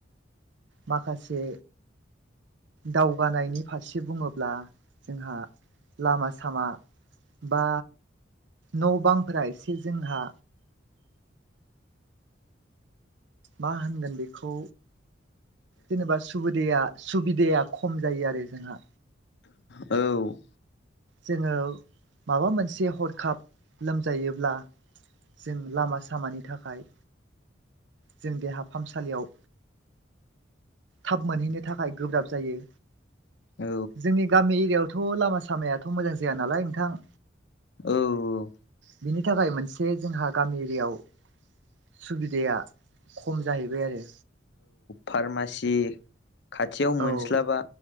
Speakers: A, on the right (about 65°); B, on the left (about 60°).
A: माखासे दावगानायनि फारसे बुङोब्ला जोंहा लामा सामा बा न' बांफोरा एसे जोंहा मा होनगोन बेखौ जेनेबा सुबुदेया सुबिदाया खम जायो आरो जोंहा
B: औ
A: जोङो माबा मोनसे हरखाब लोमजायोब्ला जों लामा सामानि थाखाय जों देहा फाहामसालियाव थाब मोनहैनो थाखाय गोब्राब जायो
B: औ
A: जोंनि गामि एरियावथ' लामा सामायाथ' मोजां जाया नालाय नोंथां
B: औ औ
A: बिनि थाखाय मोनसे जोंहा गामि एरियाव सुबिदाया खम जाहैबाय आरो
B: फार्मासि खाथियाव
A: आरो
B: मोनस्लाबा